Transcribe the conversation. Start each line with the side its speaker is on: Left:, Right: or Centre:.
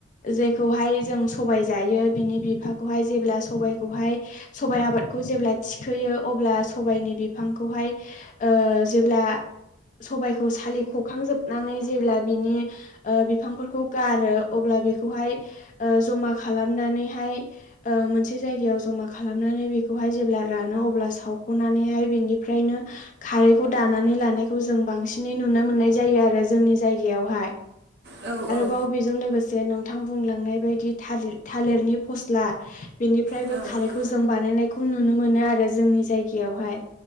Left: जेखौहाय जों सबाय जायो बिनि बिफाखौहाय जेब्ला सबायखौहाय सबायाइ आबादखौ जेब्ला थिखोयो अब्ला सबायाइनि बिफांखौहाय ओ जेब्ला सबायखौ सालिख'खांजोबनानै जेब्ला बिनि ओ बिफांफोरखौ गारो अब्ला बेखौहाय जमा खालामनानैहाय ओ मोनसे जायगायाव जमा खालामनानै बेखौहाय जेब्ला रानो अब्ला सावख'नानैहाय बिनिफ्रायनो खारैखौ दानानै लानायखौ जों बांसिनै नुनो मोननाय जायो आरो जोंनि जायगायावहाय
Right: औ औ
Left: बाव बेजों लोगोसे नोंथां बुंलांनाय बायदि थालिर थालिरनि फस्ला बेनिफ्रायबो
Right: औ
Left: खारैखौ जों बानायनायखौ नुनो मोनो आरो जोंनि जायगायावहाय